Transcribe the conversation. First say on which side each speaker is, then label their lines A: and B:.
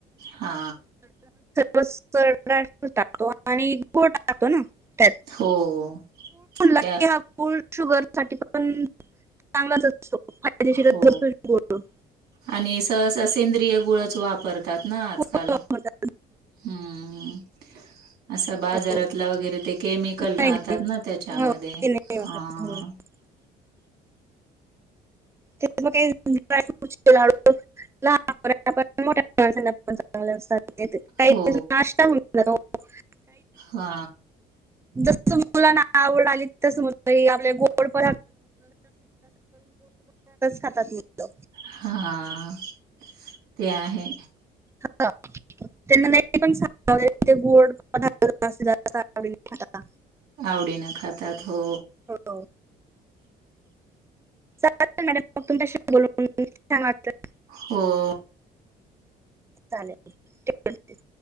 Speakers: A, on the right; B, on the right.
A: हा.
B: मस्त ड्रायफ्रूट टाकतो आणि गुळ टाकतो ना त्यात
A: हो.
B: <unintelligible>
A: त्या
B: हा फुल शुगर साठी पण चांगलाच <unintelligible> <unintelligible> फायदेशीर
A: हो
B: <unintelligible>
A: आणि सहसा सेंद्रिय गुळच वापरतात ना आजकाल,
B: खूप वापरतात
A: हम्म्म असा बाजारातला
B: हो.
A: वगैरे ते केमिकल
B: नाही
A: राहतात
B: नाही
A: ना त्याच्यामध्ये,
B: हो ते नाही
A: हा
B: वापरत हो <unintelligible> <unintelligible> <unintelligible> लहान मुलांना पण मोठ्या माणसांना पण चांगले असतात. <unintelligible> काही
A: हो.
B: <unintelligible> नाश्ता म्हणून <unintelligible>
A: हा.
B: <unintelligible> मुलांना आवड आली, तस मुलही आपले गोड <unintelligible> <unintelligible> खातात मुलं
A: हा ते आहे.
B: <unintelligible> त्यांना नाही पण <unintelligible> ते गोड पदार्थ <unintelligible> खाता का?
A: आवडीनं खातात हो
B: हो <unintelligible> मॅडम मग तुमच्याशी बोलून खूप छान वाटल.
A: हो.
B: चालेल <unintelligible>